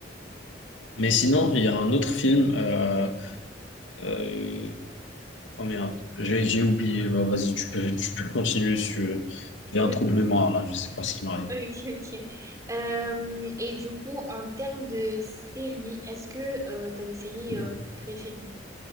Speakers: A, on the left; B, on the right.
A: Mais sinon, il y a un autre film. euh, euh, oh merde, j'ai j'ai oublié. Bah, Vas-y, tu peux, tu peux continuer. si tu veux. J'ai
B: Ok,
A: un trou de mémoire là, je sais pas ce qui m'arrive.
B: <laughs> ok, ok. Euh, et du coup, en termes de séries, est-ce que tu as des séries
A: Mhm.
B: euh, préférées?